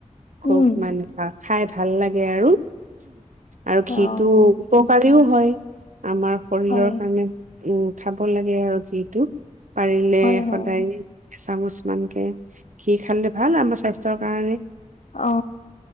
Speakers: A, on the right (about 75°); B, on the left (about 65°).
A: <unintelligible>
B: উম,
A: খাই ভাল লাগে আৰু। আৰু
B: অ',
A: ঘিটো উপকাৰীওঁ হয়। <inaudible> আমাৰ শৰীৰৰ
B: হয়,
A: কাৰণে উম, খাব লাগে আৰু ঘিটো। পাৰিলে
B: হয়,
A: সদায়ে
B: হয়,
A: এচামুচ মানকে, ঘি খালে ভাল আমাৰ স্বাস্থ্যৰ কাৰণে।
B: অ',